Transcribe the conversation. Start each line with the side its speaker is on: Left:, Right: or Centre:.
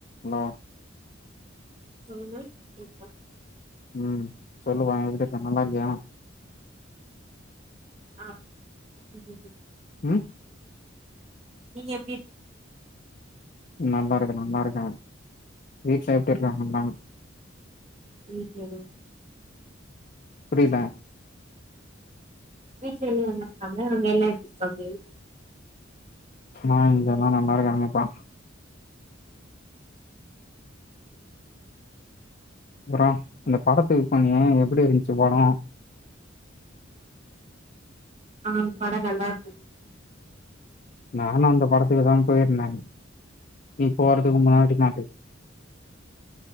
Left: Hello
Right: சொல்லுங்க இருக்க
Left: ம் சொல்லுமா எப்டி இருக்க நல்லா இருக்கியா
Right: ஆ ம் ம் ம்
Left: ம்
Right: நீங்க எப்டி இருக்
Left: நல்லா இருக்கே நல்லா இருக்கே வீட்ல எப்டி இருக்காங்க எல்லா
Right: வீட்லதா
Left: புரியில
Right: வீட்ல எல்லா நல்லா இருக்காங்க அங்க எல்லா எப்டிர்க்காங்க
Left: ஆ இங்கெல்லா நல்லா இருக்காங்கப்பா அப்புறோ அந்த படத்துக்கு போனியே எப்டி இருந்ச்சு படொ
Right: ஆனா பட நல்லா இர்ந்துது
Left: நானு அந்த படத்துக்கு தா போயிருந்தேன் நீ போறதுக்கு முன்னாடி நாட்டு